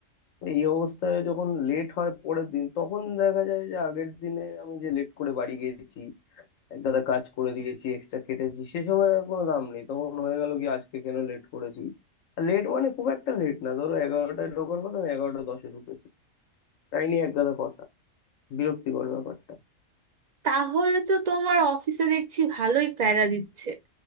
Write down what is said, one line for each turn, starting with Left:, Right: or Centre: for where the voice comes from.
Left: এই অবস্থায় যখন লেট হয় পরের দিন তখন দেখা যায় যে আগের দিনে আমি যে লেট করে বাড়ি গেছি এক গাদা কাজ করে দিয়েছি এক্সট্রা খেটেছি সে সময় আর কোনো দাম নেই তখন হয়ে গেল কি আজকে কেন লেট করেছি আর লেট মানে খুব একটা লেট না ধরো এগারোটায় ঢোকার কথা আমি এগারোটা দশে ঢুকেছি তাই নিয়ে এক গাদা কথা বিরক্তিকর ব্যাপারটা
Right: তাহলে তো তোমার অফিসে দেখছি ভালোই প্যারা দিচ্ছে